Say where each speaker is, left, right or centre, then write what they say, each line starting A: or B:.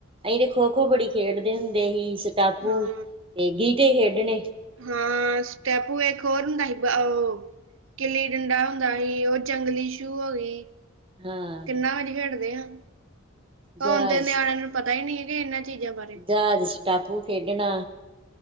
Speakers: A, on the right; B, on the right.
A: ਅਸੀਂ ਤੇ ਖੋ ਖੋ ਬੜੀ ਖੇਡਦੇ ਹੁੰਦੇ ਸੀ ਸਟਾਪੂ
B: ਹਾਂ।
A: ਤੇ ਗੀਟੇ ਖੇਡਣੇ
B: ਹਾਂ ਸਟੈਪੂ ਇੱਕ ਹੋਰ ੳਹਦਾ ਕਿਲੀ ਡੰਡਾ ਹੁੰਦਾ ਸੀ ਉਹ ਜੰਗਲੀ ਸੂ ਹੋ ਗਈ।
A: ਹਾਂ
B: ਕਿੰਨਾ ਵਾਰੀ ਖੇਡਦੇ ਆ
A: ਜਹਾਜ਼
B: ਹੁਣ ਤੇ ਨਿਆਣਿਆਂ ਨੂੰ ਪਤਾ ਹੀ ਨਹੀਂ ਕਿ ਇਹਨਾਂ ਚੀਜ਼ਾਂ ਬਾਰੇ
A: <unintelligible> ਸਟਾਪੂ ਖੇਡਣਾ।